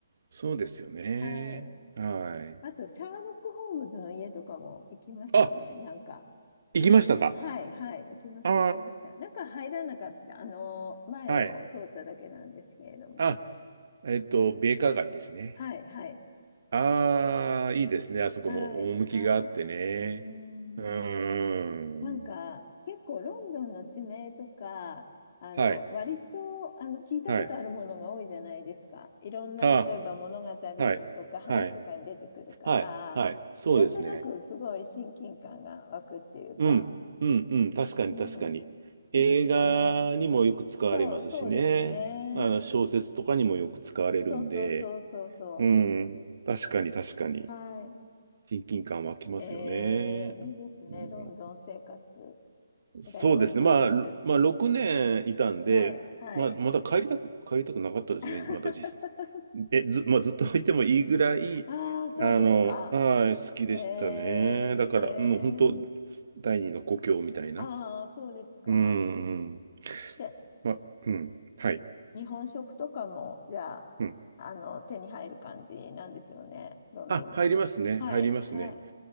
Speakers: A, on the right; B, on the left.
A: そうですよね。
B: はい。
A: はい。
B: あと、シャーロック・ホームズの家とかも行きましたね、
A: あ、
B: なんか。
A: 行きましたか。
B: はい、はい、行きました、
A: あ
B: 行きました。中入らなかった、あの、前を通っただけなんですけれども。
A: あ、はい。あ、えっと、米花街ですね。
B: はい、はい、
A: ああ、いいですね。あそこも趣があってね。
B: はい、はい。うーん、
A: うーん。
B: なんか、結構ロンドンの地名とか、あの、
A: はい、
B: 割と、あの、聞いたことあるものが多いじゃないですか。
A: はい。
B: いろんな、
A: あ
B: 例えば物語
A: はい。
B: とか話とかに出てくるから、
A: はい。はい。はい。そうですね。
B: なんとなくすごい親近感が湧くっていうか、
A: うん。うん。うん。確かに、
B: うん、
A: 確かに。映画にもよく使われますしね。
B: いいですよね。そう、そうですね。
A: あの、小説とかにもよく使われるんで。
B: そうそうそうそうそ
A: うん。確かに、確かに。
B: う。はい。
A: 親近感湧きますよね。
B: えー、いいですね。
A: うん
B: ロンドン生活。
A: そうですね。
B: 羨ましいです。
A: まあ、ろまあ、6年いたんで、
B: はい、はい。
A: まあ、まだ帰りたく、帰りたくなかったですね。
B: <laughs>
A: まだ実質。え、ず、まあ、ずっといてもいいぐらい、
B: ああ、そうですか。
A: あの、はい、好きでしたね。
B: えー、
A: だから、
B: えー、
A: もう本当、第二の故郷みたいな。
B: ああ、そうですか。
A: うん、うん。
B: じゃ
A: まあ、うん。はい。
B: 日本食とかも、じゃあ、
A: うん。
B: あの、手に入る感じなんですよね、ロンドンは。
A: あ、入りますね。
B: はい、
A: 入りますね。
B: はい。